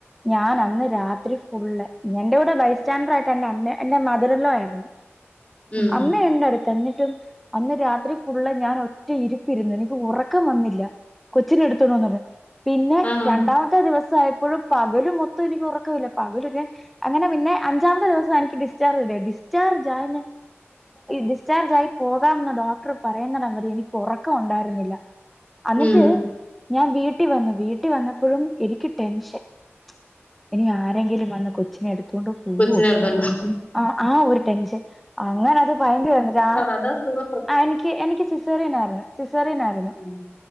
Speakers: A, in the centre; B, on the left (about 30°).
A: ഞാൻ അന്ന് രാത്രി ഫുള്ള് എന്റെ കൂടെ ബൈസ് സ്റ്റാൻഡറായ്ട്ട് എന്റെ അമ്മ എന്റെ മധറിൻലോ ആയിര്ന്നു
B: ഉം
A: അമ്മയുണ്ട ട്ത്ത് എന്നിട്ടും അന്ന് രാത്രി ഫുള്ള് ഞാൻ ഒറ്റ ഇരിപ്പിര്ന്നു എനിക്ക് ഉറ ക്കം വന്നില്ല കൊച്ചിനെ എട്ത്തോണ്ട് വന്ന്ട്ട് പിന്നെ
B: ആഹ്
A: രണ്ടാമത്തെ ത്തെ ദിവസായപ്പോഴും പകല് മൊത്തം എനിക്ക് ഉറക്കമില്ല പകലും ഞാൻ അങ്ങനെ പിന്നെ അജ്ജാമത്തെ ദിവസാ എനിക്ക് ഡിസ്ചാർജ് കിട്ട്യേത് ഡിസ്ചാർജ് ആയ ഡിസ്ചർജ് ആയി പോകാംന്ന് ഡോക്ടർ പറയ്ന്നിടം വരേ എനിക്ക് ഒറക്കം ഉണ്ടായിര്ന്നില്ല. അന്നിട്ട്
B: ഉം
A: ഞാൻ വീട്ടി വന്നു വീട്ടി വന്നപ്പഴും എനിക്ക് ടെൻഷൻ ഇനി ആരെങ്കിലും വന്ന് കൊച്ചിനെ എട്ത്തോണ്ട് ഉവ്വൊ
B: കൊച്ചിനെ ഉണ്ടല്ലോ
A: ആ ആ ഒരു ടെൻഷൻ അങ്ങന അത് ഭയങ്കര ആണ് ജാ
B: അതാ സുക
A: ആ എനിക്ക് എനിക്ക് സിസേറിയനാരുന്നു സിസറിയനായിരുന്നു
B: ഉം